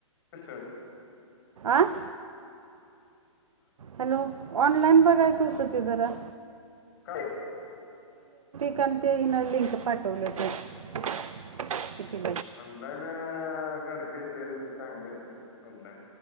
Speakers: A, on the left (about 50°); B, on the right (about 85°).
A: कस?
B: आ हॅलो ऑनलाइन बघायचं होतं ते जरा
A: काय?
B: कोणत्या हीन लिंक पाठवल्या ते किती?
A: ऑनलाईन गंडक येतेय रे ते चांगले येत नाही ऑनलाईन.